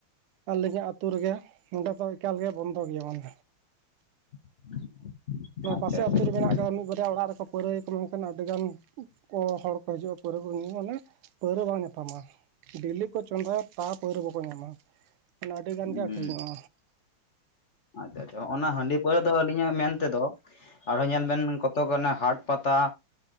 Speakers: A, on the right; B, on the left.
A: ᱟᱹᱞᱤᱧ ᱟᱜ ᱟᱹᱛᱳ ᱨᱮᱜᱮ ᱱᱚᱸᱰᱮ ᱫᱚ ᱮᱠᱟᱞ ᱜᱮ ᱵᱚᱱᱫᱚ ᱜᱮᱭᱟ ᱵᱟᱝ
B: <unintelligible> ᱟᱪᱪᱷᱟ
A: ᱯᱟᱥᱮ
B: ᱟᱪᱪᱷᱟ
A: ᱟᱹᱛᱳ
B: ᱟᱪᱪᱷᱟ
A: ᱨᱮ ᱢᱮᱱᱟᱜ
B: ᱟᱪᱪᱷᱟ
A: ᱢᱤᱫ ᱵᱟᱨᱭᱟ ᱚᱲᱟᱜ ᱨᱮᱠᱚ ᱯᱟᱹᱣᱨᱟᱹ ᱭᱟᱠᱚ ᱢᱮᱱᱠᱷᱟᱱ ᱟᱹᱰᱤᱜᱟᱱ ᱠᱚ ᱦᱚᱲ ᱠᱚ ᱦᱤᱡᱩᱜᱼᱟ ᱯᱟᱹᱣᱨᱟᱹ ᱠᱚ ᱧᱩ ᱢᱟᱱᱮ ᱯᱟᱹᱣᱨᱟᱹ ᱵᱟᱝ ᱧᱟᱯᱟᱢᱟ ᱰᱮᱞᱤ ᱠᱚ ᱪᱚᱸᱫᱟᱭᱟ ᱛᱟ ᱯᱟᱹᱣᱨᱟᱹ ᱵᱟᱠᱚ ᱧᱟᱢᱟ ᱢᱟᱱᱮ ᱟᱹᱰᱤ ᱜᱟᱱ
B: ᱦᱩᱸ
A: ᱜᱮ ᱟᱹᱷᱨᱤᱧᱚᱜᱼᱟ
B: ᱟᱪᱪᱷᱟ ᱟᱪᱪᱷᱟ ᱚᱱᱟ ᱦᱟᱺᱰᱤ ᱯᱟᱹᱣᱨᱟᱹ ᱫᱚ ᱟᱹᱞᱤᱧᱟᱜ ᱢᱮᱱ ᱛᱮᱫᱚ ᱟᱨᱦᱚᱸ ᱧᱮᱞ ᱵᱮᱱ ᱠᱚᱛᱚᱜᱟᱱᱟ ᱦᱟᱴ ᱯᱟᱛᱟ